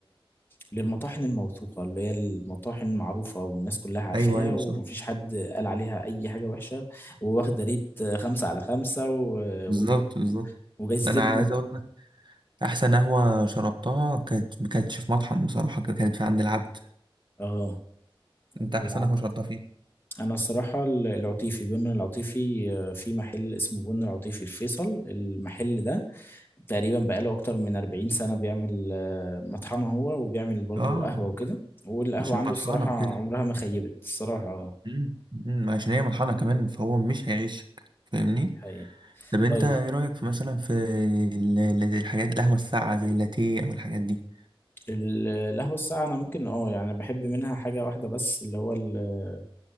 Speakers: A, on the left; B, on the right.
A: للمطاحن الموثوقة اللي هي المطاحن المعروفة والناس كلها عارفاها
B: ايوه ايوه
A: ومفيش
B: صح
A: حد قال عليها أي حاجة وحشة وواخدة ريت خمسة على خمسة و...
B: بالظبط
A: و...
B: بالظبط
A: وجايزتين
B: انا عايز
A: نوبل
B: اقول لك احسن قهوه شربتها كانت ما كانتش في مطحن بصراحه كانت في عند العبد
A: اه
B: انت احسن
A: العب
B: قهوه شربتها فيه
A: أنا الصراحة العطيفي بن العطيفي آه، في محل اسمه بن العطيفي في فيصل المحل ده تقريبا بقاله أكتر من 40 سنة بيعمل آه، مطحنة هو وبيعمل برضو
B: اه
A: قهوة وكده والقهوة
B: مش المطحنه
A: عنده الصراحة
B: كده
A: عمرها ما خيبت الصراحة آه،
B: امم أمم، عشان هي مطحنه كمان فهو مش هيعيشك فاهمني
A: حقيقي
B: طب انت
A: طيب
B: ايه رايك في مثلا في ال- ال- الحاجات القهوه الساقعه زي اللاتيه او الحاجات دي
A: ال- القهوة الساقعة أنا ممكن اه يعني بحب منها حاجة واحدة بس اللي هو ال-